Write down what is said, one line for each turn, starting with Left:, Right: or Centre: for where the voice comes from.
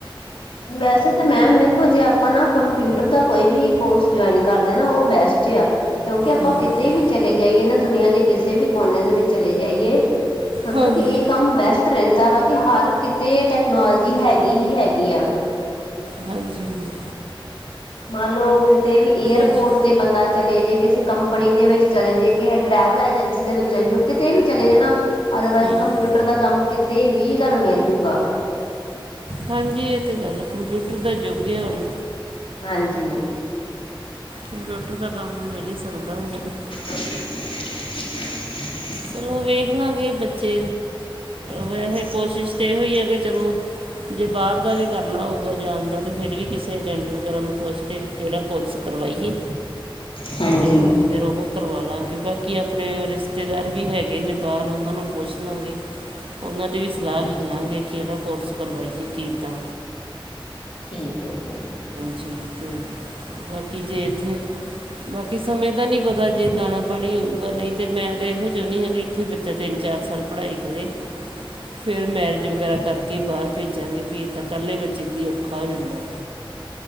Left: ਵੈਸੇ ਤੇ ਮੈਮ ਵੇਖੋ ਜੇ ਆਪਾਂ ਨਾ ਕੰਪਿਊਟਰ ਦਾ ਕੋਈ ਵੀ ਕੋਰਸ ਜੁਆਇਨ ਕਰਦੇ ਨਾ ਓ ਬੈਸਟ ਏ ਆ। ਕਿਓਂਕਿ ਆਪਾਂ
Right: ਹੂੰ
Left: ਕਿਤੇ
Right: ਹੂੰ
Left: ਵੀ ਚਲੇ ਜਾਈਏ ਨਾ ਦੁਨੀਆਂ ਦੇ ਕਿਸੇ ਵੀ ਕੋਨੇ ਦੇ ਵਿੱਚ ਚਲੇ ਜਾਈਏ ਮਤਲਬ
Right: ਹਾਂਜੀ
Left: ਕੇ ਏ ਕੰਮ ਬੈਸਟ ਰੈਂਦਾ ਵਾ ਕੇ ਹਰ ਕਿਤੇ ਟੈਕਨੋਲੋਜੀ ਹੈਗੀ ਹੀ ਹੈਗੀ ਆ।
Right: ਹਾਂਜੀ-ਹਾਂਜੀ।
Left: ਮੰਨ ਲਓ ਕਿਤੇ ਵੀ ਏਅਰਪੋਟ
Right: ਜ-
Left: ਤੇ ਬੰਦਾ ਚਲੇ ਜੇ ਕਿਸੇ ਕੰਪਨੀ ਦੇ ਵਿੱਚ ਚਲੇ ਜੇ ਕਿਸੇ ਟਰੈਵਲ ਏਜੰਸੀ ਦੇ ਵਿੱਚ ਚਲ ਜੋ ਕਿਤੇ ਵੀ ਚਲੇ ਜੋ ਨਾ ਅਦਰਵਾਈਜ਼
Right: ਹੂੰ
Left: ਕੰਪਿਊਟਰ
Right: ਹੂੰ
Left: ਦਾ ਕੰਮ ਕਿਤੇ ਵੀ ਤਾਨੂੰ ਮਿਲਜੂਗਾ।
Right: ਹਾਂਜੀ ਏ ਤੇ ਗੱਲ ਆ ਕੰਪਿਊਟਰ ਦਾ ਯੁੱਗ ਏ ਹੁਨ।
Left: ਹਾਂਜੀ।
Right: ਕੰਪਿਊਟਰ ਦਾ ਕੰਮ ਮਿਲ ਈ ਸਕਦਾ ਵਾ ਜਿਵੇਂ
Left: <inaudible>
Right: ਚਲੋ ਵੇਖ ਲਾਂਗੇ ਬੱਚੇ ਵੈਸੇ ਕੋਸ਼ਿਸ਼ ਤਾਂ ਏਹੋ ਈ ਐ ਕੇ ਚਲੋ ਜੇ ਬਾਰ ਦਾ ਵੀ ਕਰਨਾ ਹੋਊਗਾ ਜਾਨ ਦਾ ਤੇ ਫਿਰ ਵੀ ਕਿਸੇ ਏਜੰਟ ਵਗੈਰਾ ਨੂੰ ਪੁੱਛ ਕੇ ਕੇੜਾ ਕੋਰਸ ਕਰਵਾਈਏ।
Left: <inaudible> ਹਾਂਜੀ
Right: ਤੇ ਫਿਰ ਓਹੋ ਕਰਵਾਲਾਂਗੇ ਬਾਕੀ ਓ ਆਪਨੇ ਰਿਸ਼ਤੇਦਾਰ ਵੀ ਹੈਗੇ ਨੇ ਬਾਰ ਓਨਾਂ ਨੂੰ ਪੁੱਛਲਾਂਗੇ, ਓਨਾਂ ਦੀ ਵੀ ਸਲਾਅ
Left: ਹਾਂਜੀ
Right: ਲੱ ਲਾਂਗੇ। ਕੇੜਾ ਕੋਰਸ ਕਰਵਾਈਏ ਕਿੱਦਾਂ
Left: ਠੀਕ ਐ ਠੀਕ ਐ।
Right: ਠੀਕ ਐ, ਬਾਕੀ ਜੇ ਏਥੇ ਬਾਕੀ ਸਮੇਂ ਦਾ ਨਈਂ ਪਤਾ ਜੇ ਦਾਨਾ ਪਾਨੀ ਹੋਊਗਾ ਨਈਂ ਤੇ ਮੈਂ ਤੇ ਏਹੋ ਚੌਨੀ ਆਂ ਕੇ ਇੱਥੇ ਬੱਚਾ ਤਿੰਨ-ਚਾਰ ਸਾਲ ਪੜ੍ਹਾਈ ਕਰੇ। ਫਿਰ ਮੈਰਿਜ ਵਗੈਰਾ ਕਰਕੇ ਈ ਬਾਰ ਭੇਜਾਂਗੇ ਵੀ ਏਦਾਂ ਕੱਲੇ ਬੱਚੇ ਦੀ ਔਖਾ ਹੋ ਜਾਂਦਾ ਵਾ।